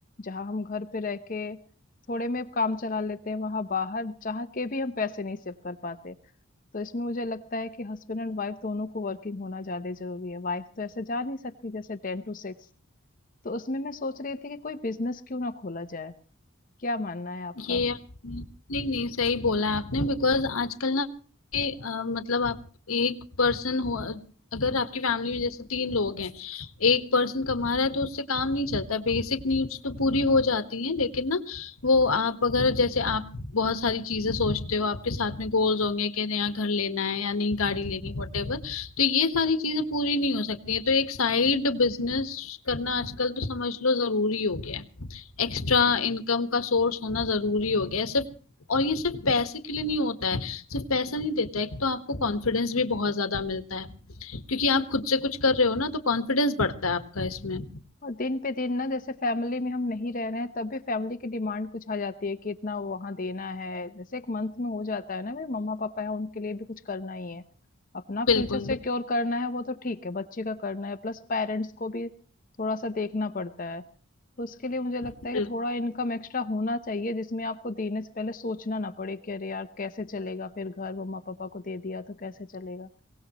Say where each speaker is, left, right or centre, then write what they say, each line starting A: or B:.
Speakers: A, on the left (about 40°); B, on the left (about 80°).
A: जहाँ हम घर पे रह के थोड़े में काम चला लेते हैं वहां बाहर चाह के भी हम पैसे नहीं सेव कर पाते तो इसमें मुझे लगता है कि हस्बैंड एंड वाइफ दोनों को वर्किंग होना ज्यादा जरूरी है वाइफ तो ऐसे जा नहीं सकती जैसे टेन टू सिक्स तो उसमें मैं सोच रही थी कि कोई बिजनेस क्यों ना खोला जाए क्या मानना है आपका
B: ये आपने- नहीं नहीं सही बोला आपने बिकॉज आजकल ना ये, अ, मतलब आप एक पर्सन हो अगर आपकी फैमिली में जैसे तीन लोग हैं एक पर्सन कमा रहा है तो उससे काम नहीं चलता बेसिक नीड्स तो पूरी हो जाती हैं लेकिन ना वो आप अगर जैसे आप बहुत सारी चीजें सोचते हो आपके साथ में गोल्स होंगे कि नया घर लेना है या नई गाड़ी लेनी वटेवर तो ये सारी चीजें पूरी नहीं हो सकती है तो एक साइड बिजनेस करना आजकल तो समझ लो जरूरी हो गया है एक्स्ट्रा इनकम का सोर्स होना जरूरी हो गया है सिर्फ और ये सिर्फ पैसे के लिए नहीं होता है सिर्फ पैसा नहीं देता है एक तो आपको कॉन्फिडेंस भी बहुत ज्यादा मिलता है क्योंकि आप खुद से कुछ कर रहे हो ना तो कॉन्फिडेंस बढ़ता है आपका इसमें
A: और दिन पे दिन ना जैसे फैमिली में हम नहीं रह रहे हैं तब भी फैमिली की डिमांड कुछ आ जाती है कि इतना वहां देना है जैसे एक मंथ में हो जाता है ना भाई मम्मा पापा है उनके लिए भी कुछ करना ही है अपना
B: बिल्कुल
A: फ्यूचर
B: बिल्कुल
A: सिक्योर करना है वो तो ठीक है बच्चे का करना है प्लस पेरेंट्स को भी थोड़ा सा देखना पड़ता है तो उसके लिए मुझे लगता
B: बिल्कुल।
A: है कि थोड़ा इनकम एक्स्ट्रा होना चाहिए जिसमें आपको देने से पहले सोचना ना पड़े कि अरे यार कैसे चलेगा फिर घर मम्मा पापा को दे दिया तो कैसे चलेगा